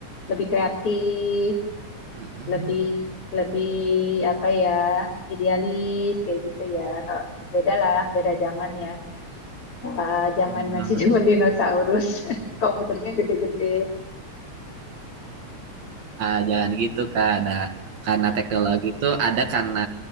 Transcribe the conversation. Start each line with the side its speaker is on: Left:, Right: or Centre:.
Left: lebih kreatif,
Right: mm
Left: lebih lebih apa ya, idealis kayak gitu ya. Kalau beda lah, beda zaman ya. Ah, zaman
Right: Bener
Left: masih
Right: banget.
Left: zaman dinosaurus, <laughs> komputernya gede-gede.
Right: eh, jalan gitu Kak. Ada karena teknologi itu ada karena